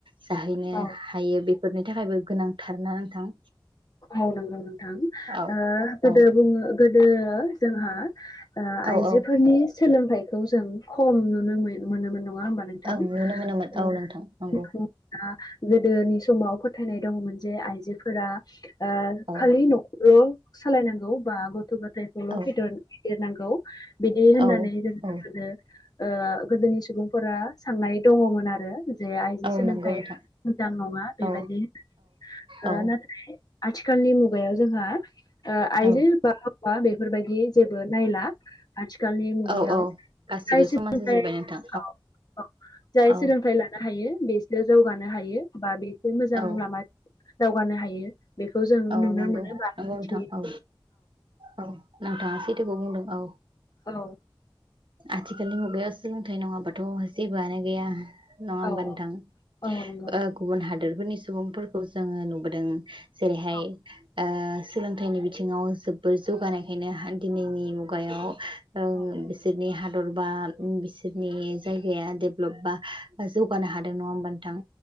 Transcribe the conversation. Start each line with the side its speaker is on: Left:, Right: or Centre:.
Right: जाहैनो
Left: औ
Right: हायो बे फोरनि थाखायबो गोनांथार ना नोंथां?
Left: औ नंगौ नोंथां।
Right: औ
Left: ओ गोदो
Right: औ
Left: बुङो गोदो जोंहा ओ
Right: औ
Left: आइजोफोरनि
Right: औ
Left: सोलोंथाइखौ जों खम नुनो मोन-मोनोमोन। नङा होमबा नोंथां?
Right: ओं नुनो मोनोमोन
Left: <unintelligible>
Right: औ नोंथां नंगौ
Left: गोदोनि समाव फोथायनाय दङमोन जे आइजोफोरा ओ
Right: औ
Left: खालि न'खौल' सालायनांगौ बा गथ' गथायखौल'
Right: औ
Left: फेदर फेदेरनांगौ। बिदि होननानै
Right: औ
Left: जोंनो
Right: औ
Left: <unintelligible> ओ गोदोनि सुबुंफोरा साननाय दङमोन आरो। जे आइजो
Right: औ
Left: सोलोंथाइया
Right: नंगौ नोंथां
Left: मोजां नङा बेबायदि
Right: औ
Left: <unintelligible> ओ
Right: औ
Left: नाथाय आथिखालनि मुगायाव जोंहा ओ आइजो
Right: औ
Left: बा हौवा बेफोरबादि जेबो नायला आथिखालनि मुगायाव।
Right: औ औ गासिबो
Left: जाय सोलोंथाइ
Right: समान जाजोब्बाय नोंथां
Left: औ औ जाय
Right: औ
Left: सोलोंथाइ लाना हायो बेसो जौगानो हायो बा बेसो मोजां
Right: औ
Left: लामा दावगानो हायो। बेखौ जों
Right: औ
Left: नुनो
Right: नंगौ
Left: मोनो बा
Right: औ नोंथां
Left: मिथियो
Right: औ औ नोंथाङा सैथोखौ बुंदों औ।
Left: औ।
Right: आथिखालनि मुगायाव सोलोंथाइ नङाबाथ' जेबोआनो गैया। नङा होमबा
Left: औ
Right: नोंथां?
Left: औ नंगौ
Right: ओ गुबुन हादोरफोरनि सुबुंफोरखौ जोङो नुबोदों, जेरैहाय
Left: औ
Right: ओ सोलोंथाइनि बिथिङाव जोबोर जौगानायखायनो हा दिनायनि मुगायाव ओं
Left: औ
Right: बि हादर बा बिसोरनि जायगाया डेपलप बा जौगानो हादों नङा होमबा नोंथां?